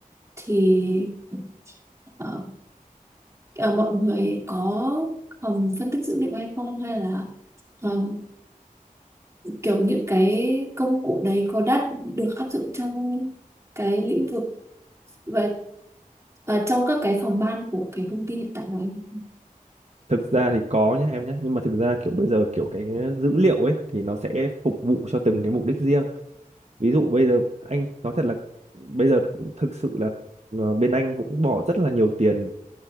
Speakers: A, on the right (about 20°); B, on the right (about 50°).
A: thì ờ, ờ, mọi người có phòng phân tích dữ liệu hay không hay là ờ, kiểu những cái công cụ đấy có đã được áp dụng trong cái lĩnh vực và và trong các cái phòng ban của cái công ty hiện tại của anh.
B: thực ra thì có nhé em nhé. nhưng mà thực ra kiểu bây giờ kiểu cái dữ liệu ấy thì nó sẽ phục vụ cho từng cái mục đích riêng ví dụ bây giờ anh nói thật là bây giờ cũng thực sự là ờ, bên anh cũng bỏ rất là nhiều tiền